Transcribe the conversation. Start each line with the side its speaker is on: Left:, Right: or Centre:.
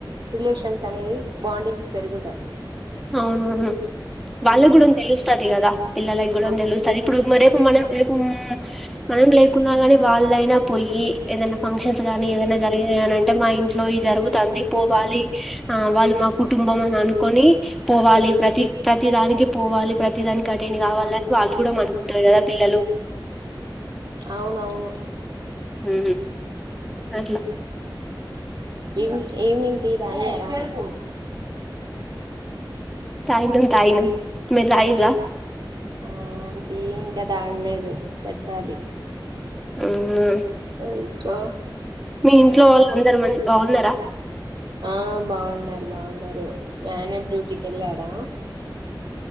Right: రిలేషన్స్ అనేవి బాండింగ్స్ పెరుగుతాయి
Centre: అవునవును వాళ్ళకి
Right: ఉమ్
Centre: కూడా తెలుస్తుది కదా పిల్లలకి కూడా
Right: అ
Centre: తెలుస్తుంది ఇప్పుడు మరే మనం రేపు మనం లేకున్నా గాని వాళ్ళయినా పోయి ఏదైనా ఫంక్షన్స్ గానీ ఏదైనా జరిగినని అంటే మా ఇంట్లో ఈ జరుగుతుంది పోవాలి ఆ వాళ్ళు మా కుటుంబం అని అనుకొని పోవాలి ప్రతి ప్రతి దానికి పోవాలి ప్రతి ప్రతి దానికి కటేని కావాలని వాళ్ళు కూడా అనుకుంటారు కదా
Right: ఉమ్
Centre: పిల్లలు
Right: అవునవును
Centre: ఉ. హ అట్ల
Right: ఈవ ఈవనింగ్ టీ రయి లేద
Centre: తయి ను తయి ను మీ తయి రా
Right: ఆ అంటీ ఇంకా తాగలేదు పెట్టాలి
Centre: ఆ
Right: ఇంకా
Centre: మీ ఇంట్లో వాళ్ళు అందరు మంచి బాగున్నారా
Right: ఆ బాగున్నారు బాగున్నారు మీ ఆయన డ్యూటీకి వెళ్ళాడా